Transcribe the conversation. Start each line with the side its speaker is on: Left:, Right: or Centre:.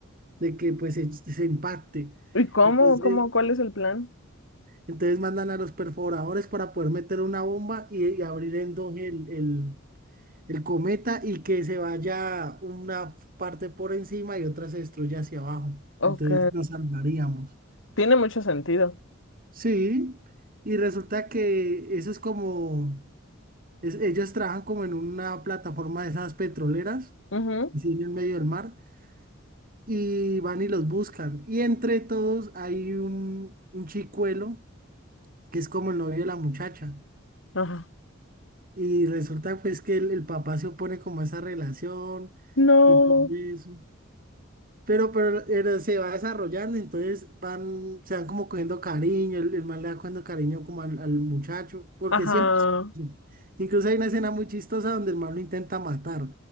Right: de que pues, se, se impacte.
Left: ¿Y cómo,
Right: Entonces,
Left: cómo, cuál es el plan?
Right: entonces mandan a los perforadores para poder meter una bomba y, y abrir en dos el el el cometa y que se vaya una parte por encima y otra se destruya hacia abajo.
Left: Ok.
Right: Entonces nos salvaríamos.
Left: Tiene mucho sentido.
Right: Sí, y resulta que eso es como, es- ellos trabajan como en una plataforma de esas petroleras,
Left: Ujú.
Right: así en el medio del mar, y van y los buscan. Y entre todos hay un, un chicuelo que es como el novio de la muchacha.
Left: Ajá.
Right: Y resulta pues que el, el papá se opone como a esa relación
Left: No.
Right: y todo eso. Pero, pero, pero se va desarrollando, entonces van, se van como cogiendo cariño, el, el man le va cogiendo cariño como al, al muchacho, porque
Left: Ajá.
Right: siempre, incluso hay una escena muy chistosa donde el man lo intenta matar,